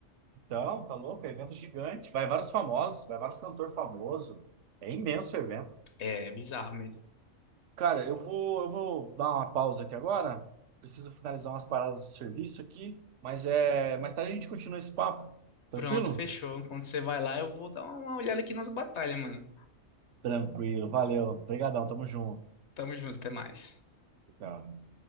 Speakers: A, on the right; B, on the left.
A: Então, tá louco, é evento gigante. Vai vários famosos, vai vários cantores famosos. É imenso o evento.
B: É bizarro mesmo.
A: Cara, eu vou, eu vou dar uma pausa aqui agora. Preciso finalizar umas paradas do serviço aqui, mas é, mais tarde a gente continua esse papo. Tranquilo?
B: Pronto, fechou. Quando você vai lá, eu vou dar uma olhada aqui nas batalhas, mano.
A: Tranquilo, valeu. Obrigadão, tamo junto.
B: Tamo junto, até mais.
A: Tchau.